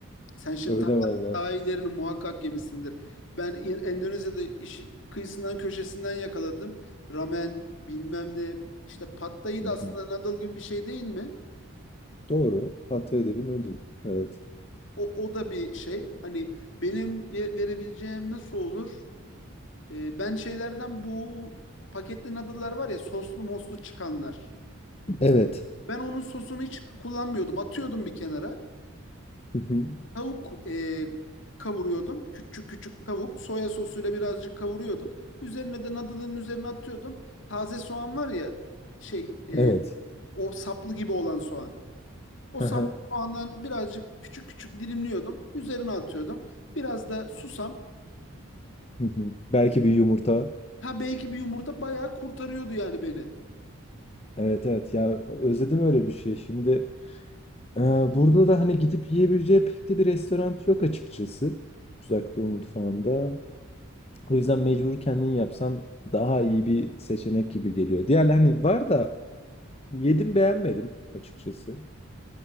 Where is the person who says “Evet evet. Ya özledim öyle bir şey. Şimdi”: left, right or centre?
Left